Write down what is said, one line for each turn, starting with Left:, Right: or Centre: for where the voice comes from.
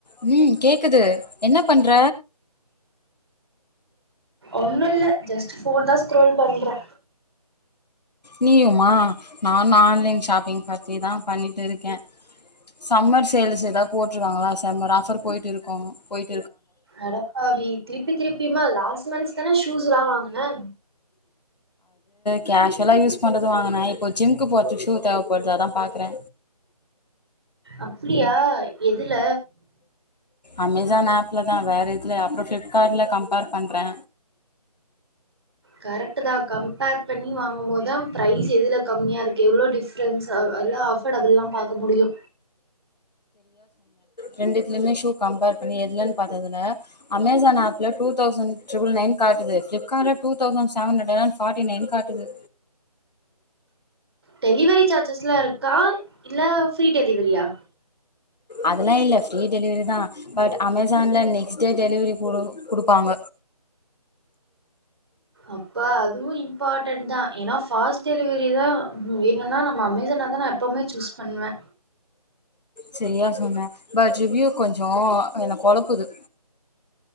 Left: ம் கேக்குது என்ன பண்ற
Right: ஒண்ணு இல்ல ஜஸ்ட் ஃபோன் தா ஸ்கரோல் பண்றே
Left: நீயுமா நான ஆன்லைன் ஷாப்பிங் பத்திதா பண்ணிட்டு இருக்கே சம்மர் சேல்ஸ் ஏத போட்டிருக்காங்களா சம்மர் ஆஃபர் போயிட்டு இருக்கும் போயிட்
Right: அடப்பாவி திருப்பி திருப்பி த்தியமா லாஸ்ட் மந்த்ஸ் தான ஷூஸ்ல்லா வாங்கன
Left: கேஷ்யுவலா யூஸ் பண்றது வாங்கண்ணா இப்போ ஜிம்க்கு பது ஸ்சூ தேவப்படுது அதா பாக்குறே
Right: அப்டியா எதுல
Left: அமேசான் ஆப்லதா வேற எதுலய அப்றோ ஃப்ளிப்கார்ட்ல கம்பேர் பண்றே
Right: கரெக்ட் தா கம்பேர் பண்ணி வாங்கு போதுதா பிரைஸ் எதுல கம்மியா இருக்கு எவ்வளோ டிஃப்ரென்ஸ் ல்லாம் அஃபோர்டபுள்ல்லா பாக்க முடியு
Left: ரெண்டுத்துதுலயுமே ஷூ கம்பேர் பண்ணி எதுலன்னு பாத்ததுல அமேசான் ஆப்ல டூ தௌசண்ட் ரிபில் னைன் காட்டுது ஃபிப்க்கட்ல டூ தௌசண்ட் சென்ஹரண் ஃபட்டிநேயன் கா ட்டுது
Right: டெலிவரி சார்ஜஸ்லா இருக்கா இல்ல ஃப்ரீ டெலிவரியா
Left: அதெல்லா இல்ல ஃப்ரீ டெலிவரி தா பட் அமேசான்ல நெக்ஸ்ட் டே டெலிவரிடு குடு குடுப்பாங்க
Right: அப்பா அதுவும் இம்பார்ட்டன்ட் தா ஏனா பாஸ்ட் டெலிவரிதா வேணும்ன்னா நம்ம அமேசான தா நா எப்பவுமே சூஸ் பண்ணுவே
Left: செரியா சொன்ன பட் ரிவ்யூ கொஞ்சோ என்ன கொழப்புது